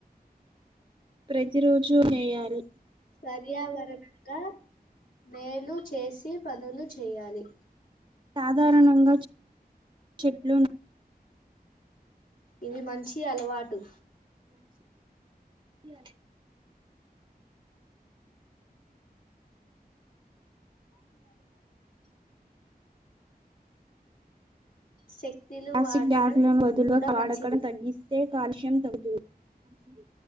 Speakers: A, on the right (about 30°); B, on the left (about 60°).
A: ప్రతి రోజూ వేయాలి
B: ప్రర్యావరణంగా మేలు చేసి పనులు చేయాలి
A: సాధారణంగా చే చెట్లు ఉన్
B: ఇది మంచి అలవాటు
A: <inaudible>
B: <unintelligible> సే తిలు
A: ప్లాస్టిక్
B: ఆటడం
A: బ్యాగులను బదులుగా
B: కూడ మంచిది
A: వాడకడం తగ్గిస్తే కాలుష్యం తగ్గుతుంది